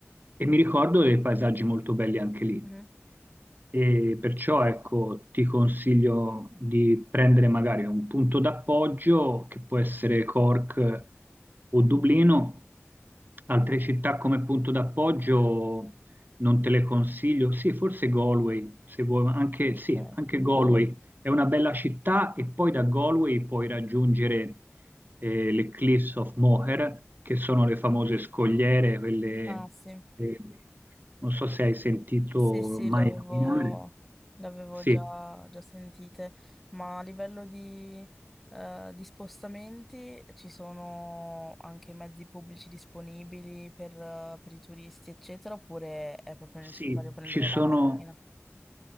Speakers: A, on the right; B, in the centre.
A: e mi ricordo dei paesaggi molto belli anche lì.
B: Mhm.
A: E perciò ecco, ti consiglio di prendere magari un punto d'appoggio che può essere Cork o Dublino, altre città come punto d'appoggio non te le consiglio. Sì, forse Galway, se vuoi, ma anche,
B: Ok.
A: sì, anche Galway è una bella città e poi da Galway puoi raggiungere eh, le Cliffs of Moher, che sono le famose scogliere, quelle,
B: Ah, sì.
A: eh, non so se hai sentito
B: Sì, sì,
A: mai
B: l'avevo
A: nominare.
B: l'avevo
A: Sì,
B: già, già sentite, ma a livello di, eh, di spostamenti ci sono anche mezzi pubblici disponibili per, eh, per i turisti, eccetera, oppure è proprio
A: sì,
B: necessario prendere
A: ci sono,
B: la macchina?